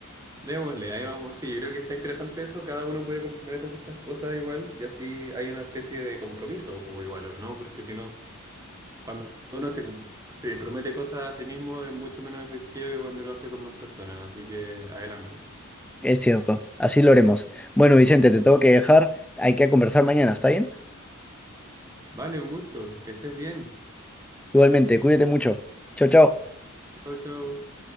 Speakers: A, on the right; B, in the centre.
A: démosle, ahí vamos. Sí, yo creo que está interesante eso, cada uno puede comprometerse a ciertas cosas igual y así hay una especie de compromiso o igual, ¿o ¿no? Porque si no... Cuando uno se, se promete cosas a sí mismo es mucho menos efectivo que cuando lo hace con más personas. Así que adelante.
B: Es cierto, así lo haremos. Bueno, Vicente, te tengo que dejar. Hay que conversar mañana, ¿está bien?
A: Vale, un gusto. Que estés bien.
B: Igualmente, cuídate mucho. Chao, chao.
A: Chao, chao.